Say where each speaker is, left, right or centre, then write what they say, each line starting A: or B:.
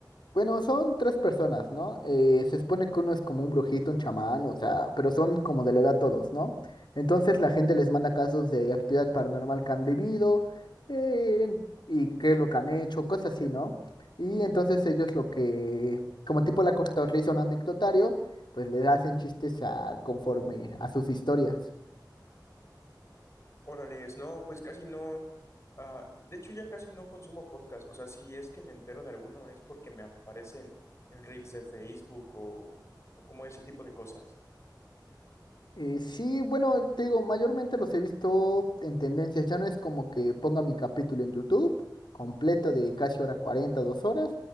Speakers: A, on the left; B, on the left.
A: Bueno, son tres personas, ¿no? Eh, se supone que uno es como un brujito, un chamán, o sea, pero son como de la edad todos, ¿no? Entonces la gente les manda casos de actividad paranormal que han vivido eh, y qué es lo que han hecho, cosas así, ¿no? Y entonces ellos lo que, como tipo la cortadora le hizo un anecdotario, pues le hacen chistes a, conforme a sus historias.
B: Órales, no, pues casi no. ah, de hecho, ya casi no consumo podcast. O sea, si es que me entero de alguno es porque me aparecen en reels de Facebook o, o como ese tipo de cosas.
A: Eh, sí, bueno, te digo, mayormente los he visto en tendencias. Ya no es como que ponga mi capítulo en YouTube completo de casi hora 40 dos horas